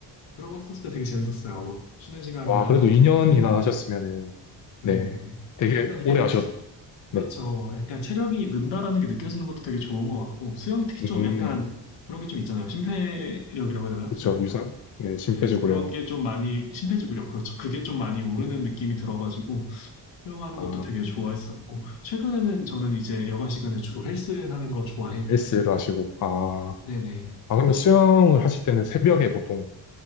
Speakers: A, on the left; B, on the left.
A: 그런 거 했었을 때 되게 재밌었어요. 뭐 쉬는 시간이나
B: 와, 그래도 2년이나
A: 이게 뭔가
B: 하셨으면은,
A: 네
B: 네. 되게
A: 약간 이게
B: 오래 하셨, 네.
A: 그렇죠. 약간 체력이 는다라는 게 느껴지는 것도 되게 좋은 것 같고 수영이 특히
B: 음,
A: 좀 약간 그런 게 좀 있잖아요. 심폐력이라고 해야 되나요?
B: 그쵸, 유산, 네, 심
A: 네,
B: 빼주고요.
A: 그런 게 좀 많이 심폐지구력 그렇죠. 그게 좀 많이 오르는
B: 네.
A: 느낌이 들어가지고 수영하는
B: 아,
A: 것도 되게 좋아했었고, 최근에는 저는 이제 여가 시간에 주로 헬스 하는 거 좋아해요.
B: 헬스를 하시고, 아,
A: 네네.
B: 아, 그러면 수영을 하실 때는 새벽에 보통